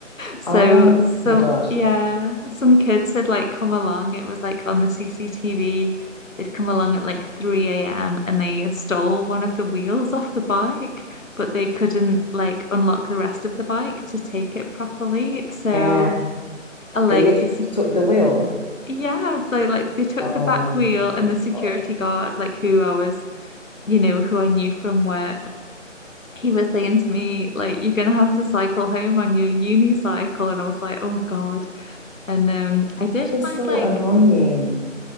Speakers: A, on the left; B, on the left.
A: So
B: Oh
A: some,
B: my gosh.
A: yeah, some kids had like come along. It was like on the CCTV. They'd come along at like 3 a.m. and they stole one of the wheels off the bike, but they couldn't like unlock the rest of the bike to take it properly. So
B: Yeah.
A: I like
B: They literally
A: the sec-
B: took the wheel.
A: yeah, so like they took
B: Oh
A: the back wheel and
B: my
A: the security
B: God.
A: guard, like who I was, you know, who I knew from work, he was saying to me, like, you're gonna have to cycle home on your unicycle. And I was like, oh God. And um I did
B: It's
A: find
B: so
A: like,
B: annoying.